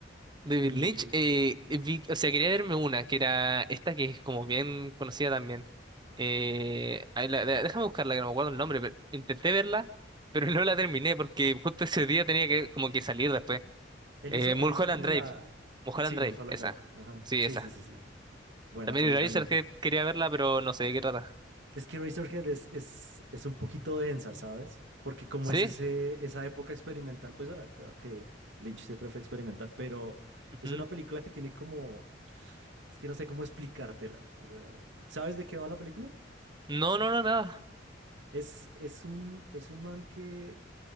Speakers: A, on the right (about 25°); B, on the right (about 70°).
A: David
B: Y
A: Lynch, eh, vi- o sea, quería verme una, que era esta que es como bien conocida también. Eh, ahí la- de- déjame buscarla, que no me acuerdo el nombre, pero intenté verla, pero <laughs> no la terminé porque justo ese día tenía que como que salir después.
B: él
A: Eh,
B: hizo,
A: Mulholland
B: él hizo como
A: Drive,
B: la...
A: Mulholland
B: Sí,
A: Drive,
B: Mulholland
A: esa.
B: Drive. Ajá.
A: Sí,
B: Sí,
A: esa.
B: sí, sí, sí. Buena
A: También
B: peli
A: Eraserhead
B: también.
A: quería verla, pero no sé de qué trata.
B: Es que Razorhead es, es, es un poquito densa, ¿sabes? Porque como
A: ¿Sí?
B: es ese, esa época experimental, pues bueno, claro que Lynch siempre fue experimental, pero
A: Ujú.
B: es una película que tiene como, es que no sé cómo explicártela. O sea, ¿sabes de qué va la película?
A: No, no, no, nada.
B: Es, es un, es un man que